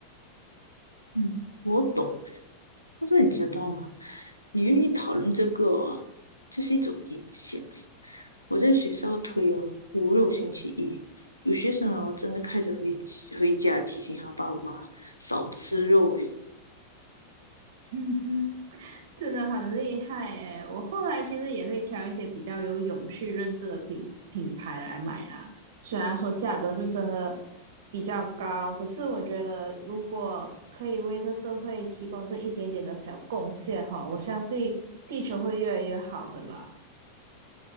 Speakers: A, on the left (about 85°); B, on the right (about 55°).
A: 嗯，我懂。但是你知道吗？你愿意讨论这个啊，这是一种影响欸。我在学校推哦，无肉星期一，有学生哦真的开始回回家提醒他爸妈少吃肉诶，
B: 嗯哼，真的很厉害诶，我后来其实也会挑一些比较有永续认证的品品牌来买啦，虽然说价格是真的比较高，可是我觉得如果可以为这社会提供这一点点的小贡献哈，我相信地球会越来越好的啦。